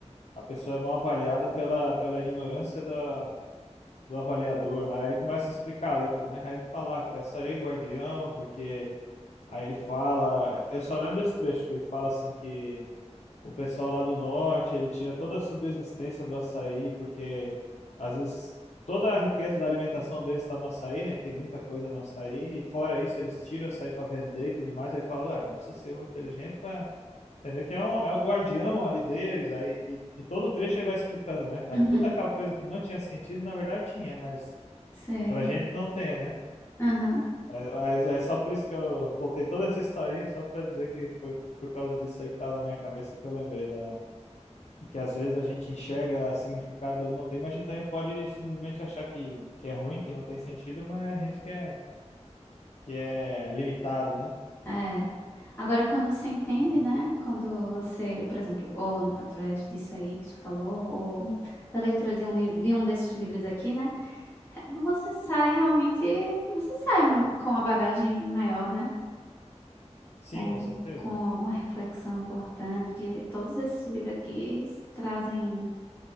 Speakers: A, on the left (about 70°); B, on the left (about 20°).
A: a pessoa é mal avaliada pela, pela ignorância da, do avaliador. Aí ele começa a explicar a letra, né? Aí ele fala que açaí é guardião, porque. Aí ele fala. Eu só lembro desse trecho, que ele fala assim que o pessoal lá do norte, ele tira toda a subsistência do açaí, porque às vezes toda a riqueza da alimentação deles está no açaí, né? Que tem muita coisa no açaí, e fora isso, eles tiram o açaí para vender e tudo mais. Aí fala, ah, não precisa ser muito inteligente para entender que é, um, é o guardião ali deles. Aí, e, e todo o trecho ele vai explicando, né? Aí
B: uhum,
A: tudo aquela coisa que não tinha sentido, na verdade tinha, mas
B: sei.
A: pra gente não tem, né?
B: Aham.
A: É, Mas é só por isso que eu contei toda essa historinha, só pra dizer que foi por causa disso aí que tava na minha cabeça que eu lembrei da, de que às vezes a gente enxerga significado não tem, mas a gente também pode simplesmente achar que, que é ruim, que não tem sentido, mas a gente que é, que é limitado, né?
B: É. Agora, quando você entende, né? Quando você, por exemplo, ou através disso aí que tu falou, ou da leitura de um livro, de um desses livros aqui, né? Você sai realmente, você sai com a bagagem maior, né?
A: Sim,
B: Com,
A: com certeza.
B: com alguma reflexão importante, porque todos esses livros aqui trazem